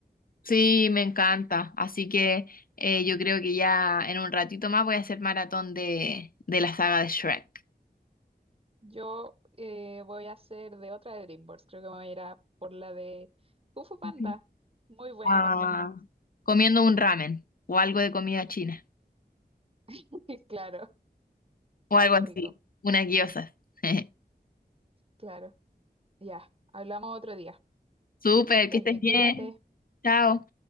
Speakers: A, on the left; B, on the right.
A: Sí, me encanta. Así que eh, yo creo que ya en un ratito más voy a hacer maratón de, de la saga de Shrek.
B: Yo eh, voy a hacer de otra de DreamWorks, creo que me voy a ir a por la de Kung Fu Panda,
A: Ujú.
B: muy buena
A: Ah,
B: también,
A: comiendo un ramen o algo de comida china
B: <laughs> claro,
A: o
B: algo
A: algo así,
B: rico,
A: unas gyozas. <laughs>
B: claro, ya, hablamos otro día,
A: Súper,
B: que estés
A: que estés
B: bien,
A: bien.
B: cuídate.
A: Chao.